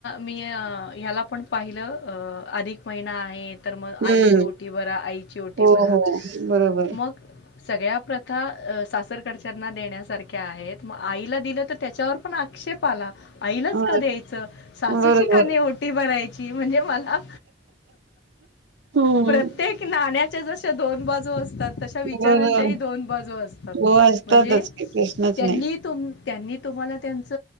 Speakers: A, on the left; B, on the right.
A: मी म याला पण पाहिलं अधिक महिना आहेत. तर मग
B: हम्म
A: आईची ओटी भरा आईची ओटी
B: हो
A: भरा
B: हो बरोबर
A: मग सगळ्या प्रथा सास रकडच्यांना देण्यासारख्या आहेत मग आईला दिलं तर त्याच्यावर पण आक्षेप आला. आईलाच
B: अ
A: का द्यायचं सासूची
B: बरोबर
A: का नाही ओटी भरायची म्हणजे मला
B: हम्म
A: प्रत्येक नाण्याच्या जश्या दोन बाजू असत तात तसं विचारांच्याही
B: बरोबर
A: दोन बाजू असतात
B: हो असतातच
A: म्हणजे
B: की प्रश्नच
A: त्यांनी
B: नाही
A: त्यांनी तुम्हाला त्यांच